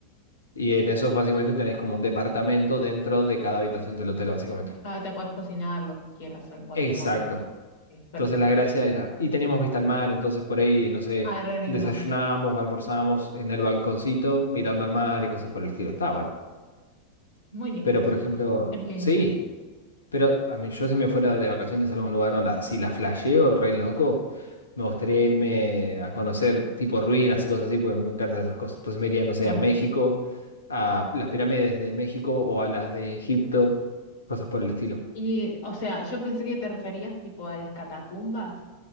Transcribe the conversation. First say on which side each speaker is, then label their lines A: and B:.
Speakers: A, on the left; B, on the left.
A: Y en eso básicamente tenés como un departamento dentro de cada habitación del hotel, básicamente.
B: Ah, te puedes cocinar lo que quieras en cualquier
A: Exacto.
B: momento. Sí. Perfecto.
A: Entonces la gracia era, y teníamos vista al mar, entonces por ahí, no sé,
B: Ah, re lindo.
A: desayunábamos o almorzábamos en el balconcito mirando al mar y cosas por el estilo. Estaba bueno.
B: Muy lindo,
A: Pero por
B: sí.
A: ejemplo,
B: Es lindo.
A: sí, pero a mí yo si me fuera de vacaciones a algún lugar, onda, si la flasheo, re loco, me gustaría irme a conocer tipo ruinas y cosas así, porque me encantan esas cosas. Entonces me iría, no sé,
B: Las...
A: a México, a las pirámides de México o a las de Egipto, cosas por el estilo.
B: Y, o sea, yo pensé que te referías tipo a las catacumbas